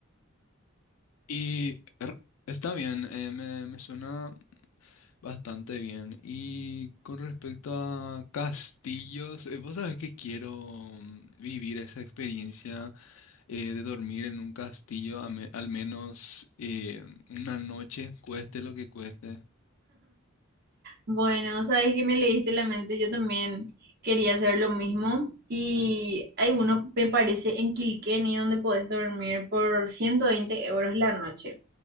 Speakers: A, on the left; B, on the right.
A: Y er, está bien, eh, me, me suena bastante bien. Y con respecto a castillos, eh, vos sabés que quiero mm, vivir esa experiencia eh, de dormir en un castillo, a me- al menos eh, una noche, cueste lo que cueste.
B: Bueno, sabes que me leíste la mente, yo también quería hacer lo mismo. Y hay uno, me parece, en Kilkenny, donde podés dormir por 120 euros la noche.